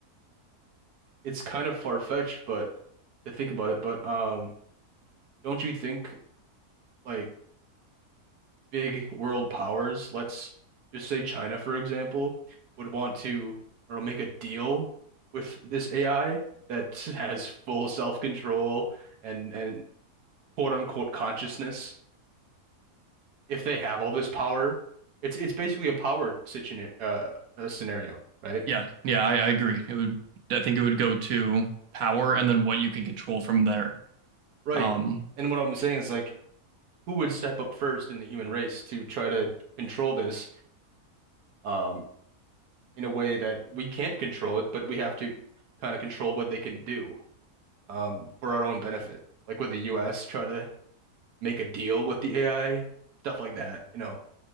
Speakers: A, on the right; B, on the right.
A: it's kind of far-fetched but to think about it, but um don't you think like big world powers, let's just say China, for example, would want to or make a deal with this AI that <laughs> has full self-control and and quote unquote consciousness, if they have all this power, it's it's basically a power situation uh, uh scenario, right?
B: Yeah, yeah, I, I agree. It would, I think it would go to power and then what you can control from there.
A: Right.
B: Um,
A: And what I'm saying is like who would step up first in the human race to try to control this um in a way that we can't control it, but we have to kind of control what they can do. um, for our own benefit, like with the US, try to make a deal with the AI, stuff like that, you know.